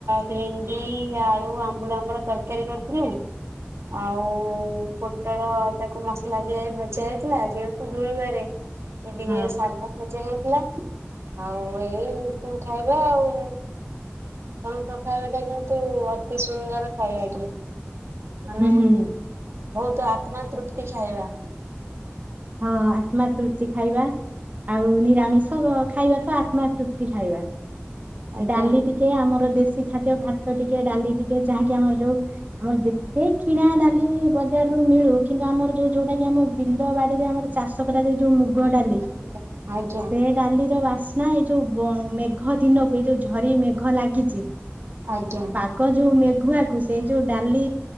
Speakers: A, on the right; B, on the right.
A: ଭେଣ୍ଡି ଆଳୁ-ଆମ୍ବୁଲ ଆମର ତରକାରୀ କରିଥି <inaudible> ଆଉ ପୋଟଳ ତାକୁ ମସଲା ଦିଆ ହେଇକି ଭଜା ହେଇଥିଲା ଯେହେତୁ ଗୁରୁବାରେ ରେ। <unintelligible>
B: ହଁ
A: ଭଜା ହେଇଥିଲା ଆଉ ଏଇ ପୁଣି ଖାଇବା ଆଉ। ଆପଣଙ୍କ ଖାଇବା ଟା କିନ୍ତୁ ଅତି ସୁନ୍ଦର ଖାଇବା ଟିଏ। ମାନେ
B: ହୁଁ ହୁଁ
A: ବହୁତ ଆତ୍ମା ତୃପ୍ତି ଖାଇବା।
B: ହଁ ଆତ୍ମା ତୃପ୍ତି ଖାଇବା ଆଉ ନିରାମିଷ ଖାଇବା ତ ଆତ୍ମା ତୃପ୍ତି ଖାଇବା
A: ଆଜ୍ଞା
B: ଡାଲି ଟିକେ ଆମର ଦେଶ ଦେଶୀ ଖାଦ୍ୟ ଭାତ ଟିକେ ଡାଲି ଟିକେ ଯାହାକି ଆମର ଯୋଉ ଆମର ଯେତେ କିଣା ଡାଲି ବଜାର ମିଳୁ କିନ୍ତୁ ଆମର ଯୋଉ ଯୋଉଟା କି ଆମ ବିଲ ବାଡିରେ ଆମର ଚାଷ କରାଯାଉ ଯୋଉ ମୁଗ ଡାଲି
A: ଆଜ୍ଞା ଆଜ୍ଞା
B: ସେ ଡାଲିର ବାସ୍ନା ଏଇ ଯୋଉ ବ-ମେଘ ଦିନ ଏଇ ଯୋଉ, ଝରି ମେଘ ଲାଗିଚି।
A: ଆଜ୍ଞା।
B: ପାଗ ଯୋଉ ମେ ଘୁଆକୁ ସେଇ ଯୋଉ ଡାଲି,